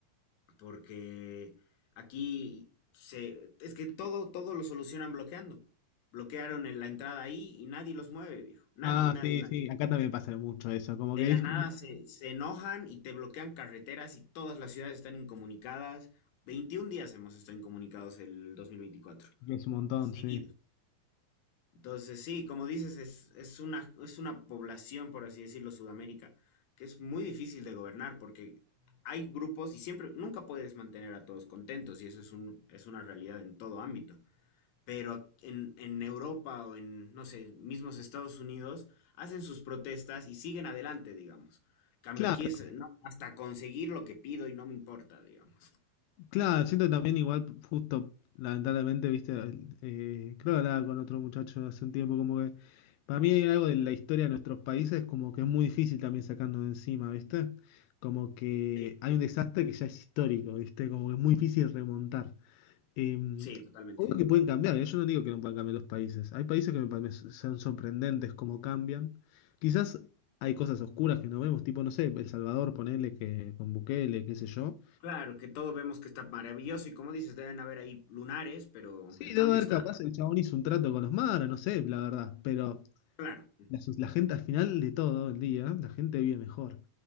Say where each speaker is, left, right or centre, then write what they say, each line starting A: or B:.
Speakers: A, on the left; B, on the left.
A: porque aquí se, es que todo, todo lo solucionan bloqueando. Bloquearon en la entrada ahí y nadie los mueve, viejo. Nadie,
B: Ah,
A: nadie,
B: sí,
A: nadie.
B: sí, acá también pasa mucho eso, como
A: De
B: que
A: la
B: Discord
A: nada se, se enojan y te bloquean carreteras y todas las ciudades están incomunicadas. 21 días hemos estado incomunicados el 2024,
B: es un montón,
A: seguidos.
B: sí.
A: Entonces, sí, como dices, es, es una, es una población, por así decirlo, Sudamérica, que es muy difícil de gobernar porque hay grupos y siempre, nunca puedes mantener a todos contentos y eso es un, es una realidad en todo ámbito pero en, en Europa o en, no sé, mismos Estados Unidos, hacen sus protestas y siguen adelante, digamos. Cambio
B: Claro,
A: aquí es, eh, no, hasta conseguir lo que pido y no me importa, digamos.
B: claro, siento también igual, justo, lamentablemente, viste, eh, creo que hablaba con otro muchacho hace un tiempo, como que para mí hay algo de la historia de nuestros países, como que es muy difícil también sacarnos de encima, viste, como que
A: Sí,
B: hay un desastre que ya es histórico, viste, como que es muy difícil remontar. Eh,
A: sí, totalmente.
B: obvio que pueden cambiar, ¿eh? Yo no digo que no puedan cambiar los países. Hay países que me parecen son sorprendentes cómo cambian. Quizás hay cosas oscuras que no vemos, tipo, no sé, El Salvador, ponele que con Bukele, qué sé yo.
A: Claro, que todos vemos que está maravilloso y como dices, deben haber ahí lunares, pero
B: Sí,
A: el
B: debe
A: cambio
B: haber
A: está.
B: capaz, el chabón hizo un trato con los maras, no sé, la verdad. Pero
A: Claro,
B: la, so- la gente al final de todo el día, la gente vive mejor.